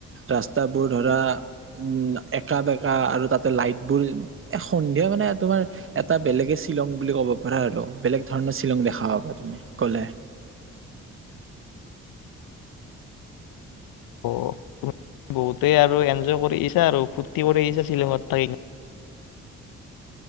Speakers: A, on the right; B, on the left.
A: ৰাস্তাবোৰ ধৰা উম একা বেকা আৰু তাতে লাইট বোৰ এ সন্ধিয়া মানে তোমাৰ এটা বেলেগে শ্বিলং বুলি ক'ব পাৰা আৰু বেলেগ ধৰণৰ। শ্বিলং দেখা পাবা তুমি গলে।
B: অ' তুমি বহুতেই আৰু এনজয় কৰি আহিছা আৰু ফূুৰ্তি কৰি আহিছা চাগে চিলঙত থাকি।